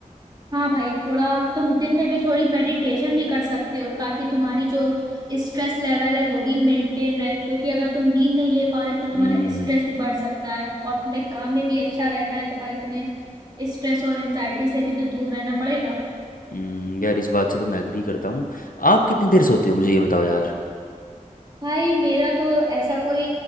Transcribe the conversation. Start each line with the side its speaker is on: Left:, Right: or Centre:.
Right: हाँ भाई थोड़ा तुम दिन में भी थोड़ी मेडिटेशन भी कर सकते हो ताकि तुम्हारी जो स्ट्रेस लेवल है वो भी मेंटेन रहे क्योंकि अगर तुम नींद नहीं ले पा रहे तो तुम्हारा
Left: हम्म
Right: स्ट्रेस भी बढ़ सकता है और तुम्हें काम में भी अच्छा रहना है तो भाई तुम्हें स्ट्रेस और एंजाइटी से भी तो दूर रहना पड़ेगा
Left: हम्म, यार इस बात से तो मैं एग्री करता हूँ आप कितनी देर सोते हो मुझे ये बताओ यार
Right: भाई मेरा तो ऐसा कोई